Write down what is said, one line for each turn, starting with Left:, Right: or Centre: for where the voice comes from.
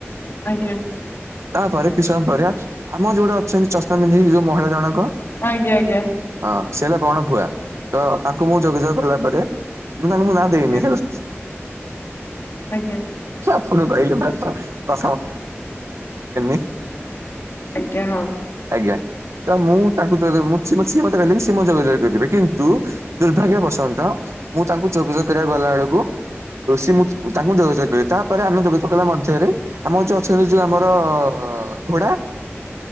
Left: ଆଜ୍ଞା।
Right: ତାପରେ କିଛି ସମୟ ପରେ ଆମର ଯୋଉଟେ ଅଛନ୍ତି ଚଷମା ପିନ୍ଧିକି ଯୋଉ ମହିଳା ଜଣଙ୍କ?
Left: ଆଜ୍ଞା ଆଜ୍ଞା।
Right: ହଁ ସେ ହେଲା ବଣ ଭୁଆ ତ ତାଙ୍କୁ ମୁଁ ଯୋଗାଯୋଗ କଲା ପରେ ତାଙ୍କୁ ମୁଁ ନାଁ ଦେଇନି
Left: ଆଜ୍ଞା
Right: ହେଲା।
Left: ଆଜ୍ଞା।
Right: ଆପଣ କଇଲେ ପା <unintelligible>
Left: ଆଜ୍ଞା ହଁ।
Right: ଆଜ୍ଞା ତ ମୁଁ ତାଙ୍କୁ ଯଦି ମୁଁ ସିଏ ମତେ ସିଏ ମତେ କଇଲେ କି ସିଏ ମତେ ଯୋଗା ଯୋଗ କରିବେ କିନ୍ତୁ ଦୁର୍ଭାଗ୍ୟ ବସନ୍ତ ମୁଁ ତାଙ୍କୁ ଯୋଗାଯୋଗ କରିବାକୁ ଗଲା ବେଳକୁ ଋଷି ମୁ ତାଙ୍କୁ ଯୋଗାଯୋଗ କରିବି ତାପରେ ଆମେ ଯୋଗାଯୋଗ କଲା ମଧ୍ୟରେ ଆମର ଯୋଉ ଅଛନ୍ତି ଯୋଉ ଆମର ଅ ଘୋଡ଼ା